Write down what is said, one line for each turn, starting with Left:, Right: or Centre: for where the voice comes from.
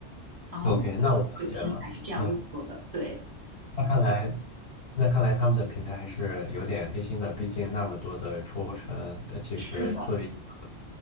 Right: 然后会
Left: ？OK，那我了解了。
Right: 对平台是这样运作的，
Left: 嗯，
Right: 对，
Left: 那看来那看来他们的平台还是有点黑心的，毕竟那么多的抽成，呃，其实作为一个
Right: 是